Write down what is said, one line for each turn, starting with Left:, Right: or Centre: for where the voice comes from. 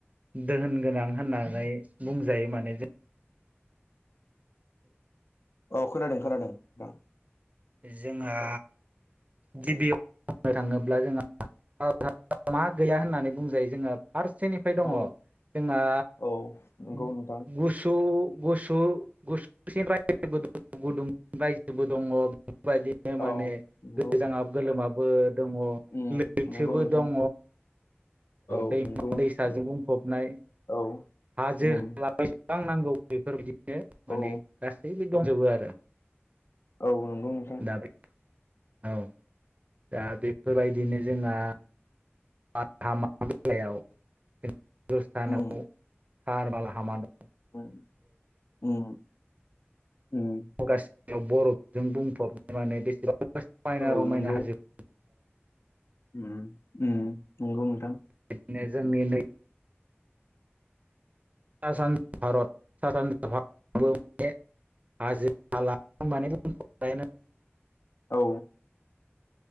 Right: दहोन गोनां होननानै बुंजायो माने।
Left: औ खोनादों खोनादों थां।
Right: जोंहा गिबियाव बुंनो थाङोब्ला जोंहा मा गैया होननानै बुंजायो जोङो फार्सेनिफ्राय दङ
Left: औ
Right: जोंहा
Left: औ नंगौ नोंथां
Right: <inaudible> गुसु गुसु गुसुसि रायजोबो दङ गुदुं रायजोबो दङ बेफोरबायदि। बो माने
Left: औ नंगौ
Right: गोजाङाबो गोलोमाबो दङ
Left: उम
Right: लैथोबो
Left: नंगौ नोंथां
Right: दङ।
Left: औ
Right: दैमा
Left: नंगौ
Right: दैसाजों बुंफबनाय
Left: <inaudible> औ।
Right: हाजो
Left: उम
Right: हाला बेसेबां नांगौ बेफोरबायदिनो माने
Left: औ
Right: गासैबो दंजोबो आरो।
Left: औ नंगौ। नोंथां
Right: दायो औ। दा बेफोरबायदिनो जोंहा <unintelligible>
Left: उम उम <inaudible> उम <inaudible> उम।
Right: गासियाव बर'फजों बुंफबनाय माने बेसेबां समायना
Left: औ
Right: रमायना
Left: नंगौ
Right: हाजो। दङ
Left: उम उम नंगौ नोंथां।
Right: बिदिनो जोंनि नै सा सानजा भारत सा सानजा भारत बे हाजो हालाखौ माने जोंहा
Left: औ।